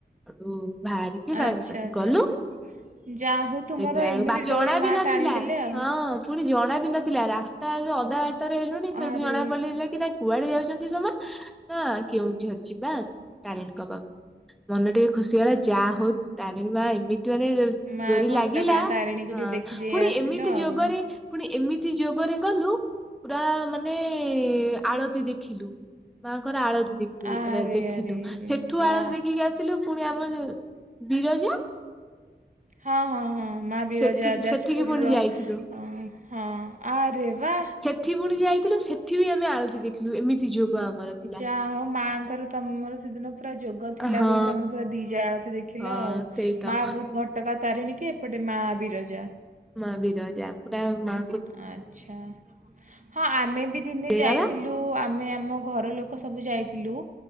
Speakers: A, in the centre; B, on the right (about 45°).
A: ହେଠୁ ବାହାରିକି କି ସାଙ୍ଗେ
B: ଆଚ୍ଛା
A: ସାଙ୍ଗେ
B: ଆଚ୍ଛା
A: କଲୁ
B: ଯାହା ହଉ ତୁମର
A: ଦେଖିଲା ବେଳକୁ
B: ଏମିତି
A: ବାଜି
B: ଡୋରି
A: ଅଣା
B: ମା
A: ବି ନଥିଲା
B: ଟାଣିଦେଲେ ଆଉ
A: ହଁ। ପୁଣି ଜଣା ବି ନଥିଲା ରାସ୍ତା ଯୋଉ ଅଧା ବାଟରେ ହେଲୁଣିି ସେଠୁ
B: ଆରେ
A: ଜଣା ପଡିଲା କି ନାଇଁ କୁଆଡେ ଯାଉଚୁ? ସ ନା କେଉଁଝର ଯିବା ତାରିଣୀଙ୍କ ପାଖକୁ ମନ ଟିକେ ଖୁସି ହେଇଗଲା ଯାହା ହଉ ତାରିଣି ମା ଏମିତି ମାନେ
B: ମା
A: ଡୋରି
B: ଘଟଗାଁ
A: ଲାଗିଲା।
B: ତାରିଣୀକୁ
A: ହଁ
B: ଟିକେ ଦେଖିଦେଇ
A: ପୁଣି
B: ଆସିଲ
A: ଏମିତି
B: ଆଉ।
A: ଯୋଗରେ ପୁଣି ଏମିତି ଯୋଗରେ ଗଲୁ ପୁରା ମାନେ ଆଳତି ଦେ ଖିଲୁ। ମାଙ୍କର ଆଳତି ଦେଖି
B: ଆରେ
A: ଦେଖିଲୁ।
B: ଆରେ ଆରେ
A: ସେଠୁ
B: ବାଃ।
A: ଆଳତି ଦେଖିକି ଆସିଲୁ ପୁଣି ଆମ ଯୋଉ ବିରଜା
B: ହଁ ହଁ ହଁ। ମା ବିରଜା
A: ସେଠି
B: ଯାଜପୁରର
A: ସେଠିକି ପୁଣି ଯାଇଥିଲୁ
B: ଓ ହଁ ଆରେ ବା।
A: ସେଠିକି ପୁଣି ଯାଇଥିଲୁ ସେଠି ବି ଆମେ ଆଳତି ଦେଖିଲୁ। ଏମିତି ତି ଯୋଗ ଆମର। ଥିଲା
B: ଯାହା ହଉ ମାଆଙ୍କର ତମର ସେଦିନ ପୁରା ଯୋଗ ଥିଲା
A: ହଁ
B: ବୋଲି ତମେ ପୁରା ଦିଇଟା ଆଳତି ଦେଖିଲ
A: ହଁ
B: ଆଉ।
A: ସେଇ ତ
B: ମା ଘଟଗାଁ ତାରିଣୀ କି ଏପଟେ ମା ବିରଜା।
A: ମା ବିରଜା ପୁରା ମା
B: ଆଚ୍ଛା। ହଁ ଆମେ ବି ଦିନେ
A: ହେଇଗଲା
B: ଯାଇଥିଲୁ ଆମେ ଆମ ଘର ଲୋ କ ସବୁ ଯାଇଥିଲୁ